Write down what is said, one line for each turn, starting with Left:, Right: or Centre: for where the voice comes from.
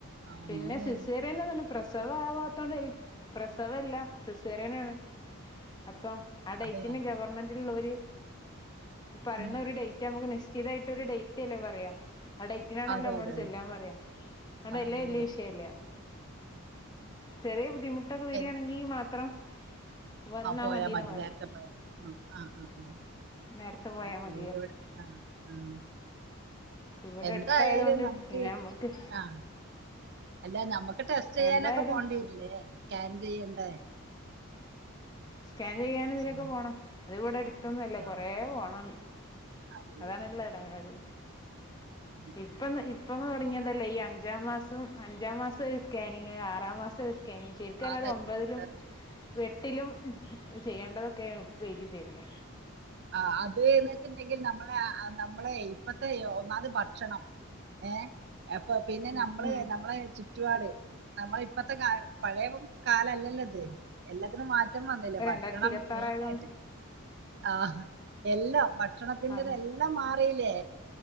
Right: അമ്മേ
Left: പിന്നെ സീസറിയൻ തോണ്ട് പ്രശ് പ്രസവ ആവാത്തൊണ്ട് പ്രസവല്ല സീസറിയൻ ആണ് അപ്പം ആ ഡേറ്റിന്
Right: അതെ
Left: ഗവൺമെൻറ്റുള്ള ഓര് പറയുന്ന
Right: ഉം
Left: ഒരു ഡേറ്റ്ണ് നമുക്ക് നിഷ് സ്ഥിരായിട്ടൊ ഒരു ഡേറ്റ് അല്ലേ പറയാം ആ ടൈറ്റിനാണല്ലോ
Right: അതെ
Left: നമ്മോട്
Right: അതെ അതെ
Left: ചെല്ലാൻ പറയാ അതൊണ്ട്ല്ലേ
Right: ആ, അതെ
Left: വല്യ വിഷയല്ല. ചെറിയ ബുദ്ധിമുട്ടൊക്കെ വരിയാണെങ്കി
Right: എൻ-
Left: മാത്രം. വന്നാ
Right: പോയാ
Left: മതിന്ന്
Right: മതി
Left: പറയും.
Right: നേരത്തെ പോയ ആ ആഹ് ആ <unintelligible> ഹ് ആഹ്
Left: നേരത്തെ പോയാ
Right: അരി ശരി
Left: മതിയായിരുന്നു
Right: എവിടെ ആഹ <unintelligible> ആഹ
Left: ഇവിടെ
Right: എന്തായാലും
Left: അടുത്തായതുകൊണ്ട്
Right: നമ്മുക്ക്
Left: പിന്നെ നമ്മക്ക്
Right: ആഹ അല്ല നമ്മുക്ക് ടെസ്റ്റ് ചെയ്യാനൊക്കെ
Left: എന്തായാലും
Right: പോണ്ടി വരില്ലേ സ്കാൻ ചെയ്യണ്ടേ?
Left: സ്‌കാൻ <inaudible>
Right: ശരിയാ
Left: ക്കെ പോണം അത് ഇവിടെ എടുത്തൊന്നുംല്ലേ
Right: ആഹ്
Left: കൊറേ പോണം
Right: അയ്യോ
Left: അതാണല്ല ഇടങ്ങാറ്
Right: ഉം
Left: ഇപ്പന്ന <inaudible> ഇപ്പം തുടങ്ങിയതല്ലേ ഈ അഞ്ചാം മാസം അഞ്ചാം മാസം ഒരു സ്കാനിങ് ആറാം മാസം സ്കാ ഓക്കെ ശരിക്ക
Right: അതന്നെ
Left: അത് ഒമ്പതിലും
Right: അതന്നെ
Left: എട്ടിലും ചെയ്യേണ്ടതൊക്ക തേ ഉപ്പഎഴുതി തര്ന്നേ
Right: ആ അതന് വെച്ചിട്ടുണ്ടെങ്കിൽ നമ്മളെ നമ്മളെ ഇപ്പത്തെ ഒന്നാത് മത ഭക്ഷണം ഏ അപ്പൊ പിന്നെ
Left: ഉം
Right: നമ്മള്
Left: ഉം
Right: നമ്മളെ ചുറ്റുപാട് നമ്മള ഇപ്പ -- ഇ പഴയ കാല അല്ലല്ല അത് എല്ലാത്തിനും മാറ്റ- മാറ്റം വന്നില്ലേ
Left: രണ്ടായിരത്തി
Right: ഭക്ഷണം
Left: ഇരുപത്താറായതുകൊണ്ട്
Right: മെയിൻ ആയിട്ട്. ആ എല്ലാം ഭക്ഷണത്തിന്റെത
Left: അങ്ങ്
Right: എല്ലാം മാറിയില്ലേ?